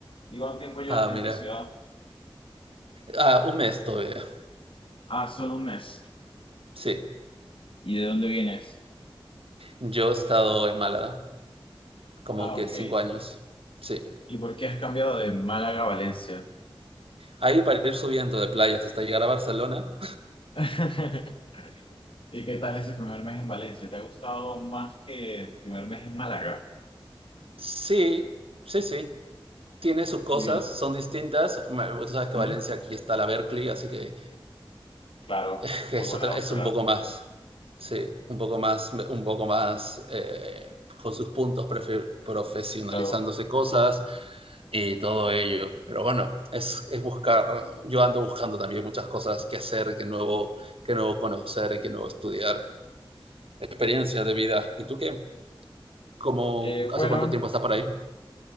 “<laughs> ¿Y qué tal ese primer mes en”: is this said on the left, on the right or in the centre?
Left